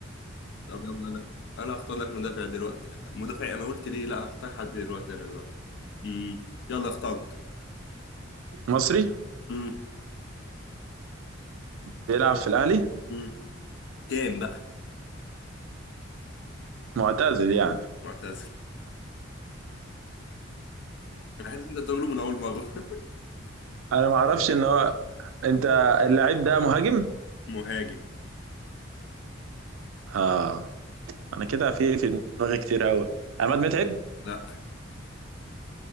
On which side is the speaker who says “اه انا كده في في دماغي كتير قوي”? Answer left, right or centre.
Right